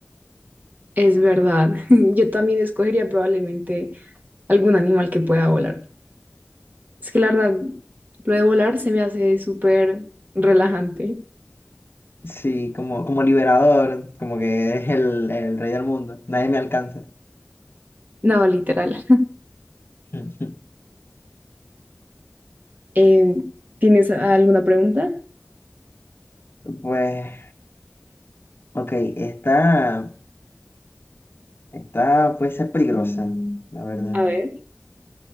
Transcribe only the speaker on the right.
Es verdad. <laughs> Yo también escogería probablemente algún animal que pueda volar. Es que la verdad, lo de volar se me hace súper relajante.
No, literal.
Eh, ¿tienes alguna pregunta?
A ver.